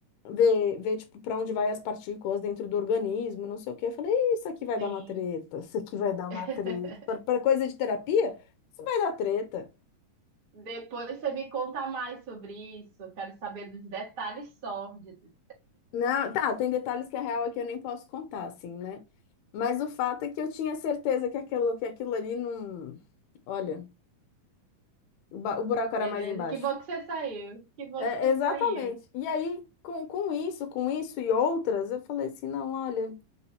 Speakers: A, on the left; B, on the right.
A: ver, ver tipo, para onde vai as partículas dentro do organismo, não sei o quê. Eu falei, isso aqui vai
B: Sim.
A: dar uma treta, isso aqui vai dar uma
B: <laughs>
A: treta. Para para coisa de terapia, isso vai dar treta.
B: Depois você me conta mais sobre isso. Quero saber dos detalhes sórdidos.
A: Não, tá, tem detalhes que a real é que eu nem posso contar, assim, né? Mas o fato é que eu tinha certeza que aquilo, que aquilo ali não. Olha, o, ba- o buraco era
B: Beleza?
A: mais embaixo.
B: Que bom que você saiu. Que bom
A: É,
B: que você
A: exatamente.
B: saiu.
A: E aí, com, com isso, com isso e outras, eu falei assim, não, olha.